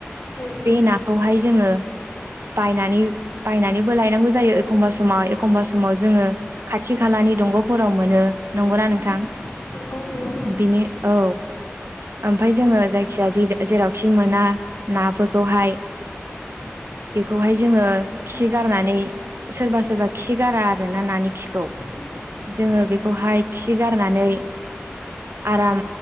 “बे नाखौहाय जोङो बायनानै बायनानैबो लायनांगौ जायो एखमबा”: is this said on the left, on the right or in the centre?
Right